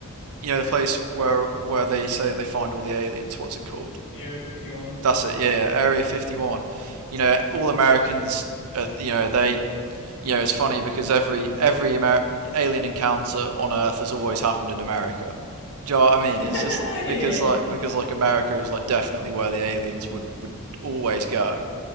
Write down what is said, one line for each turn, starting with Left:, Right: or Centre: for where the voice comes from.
Right: you know the place where where they say that they find all the aliens. What's it called?
Left: Area 51.
Right: That's it. Yeah, yeah Area 51. You know, all Americans, uh, you know, they you know, it's funny because every every Amer alien encounter on Earth has always happened in America. Do you know what I mean?
Left: <laughs>
Right: It's just because
Left: Yeah.
Right: like because like America is like definitely where the aliens would would always go.